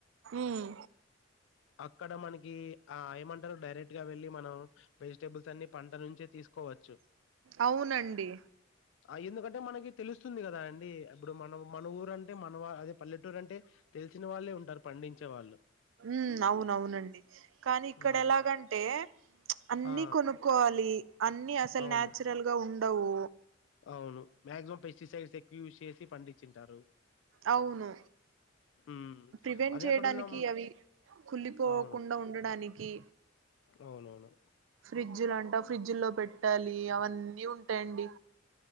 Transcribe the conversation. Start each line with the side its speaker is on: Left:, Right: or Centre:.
Right: ఉమ్
Left: అక్కడ మనకి ఈ ఆ ఏమంటారు డైరెక్ట్ ఇగ వెళ్ళి మనం వెజిటబుల్స్ అన్ని పంట నుంచి తీస్కోవచ్చు.
Right: అవునండి
Left: ఆ ఎందుకంటే మనకి తెలుస్తుంది కదా అండి ఇప్పుడు మన మన ఊర అంటే మన అది పల్లెటూరు అంటే తెలిసిన వాళ్ళే ఉంటారు పండించే వాళ్ళు
Right: ఉమ్ అవునవునండి కానీ ఇక్కడ
Left: ఉమ్
Right: ఎలాగంటే అన్ని
Left: ఆ
Right: కొనుక్కోవాలి అన్ని అసలు
Left: అవును
Right: నాచురల్ గా ఉ అండవు
Left: అవును మాక్సిమం పెస్టిసైడ్ ఎక్కువ యూస్ చేసి పండించింటారు
Right: అవును
Left: ఉమ్
Right: ప్రివెంట్
Left: అదే
Right: చేయడానికి
Left: అక్కడన్నా
Right: అవి కుళ్ళిపోకుండా
Left: అవును
Right: ఉండడానికి
Left: అవునవును
Right: ఫ్రిడ్జ్లు అంట ఫ్రిడ్జ్ల్లో పెట్టాలి అవన్నీ ఉంటాయండి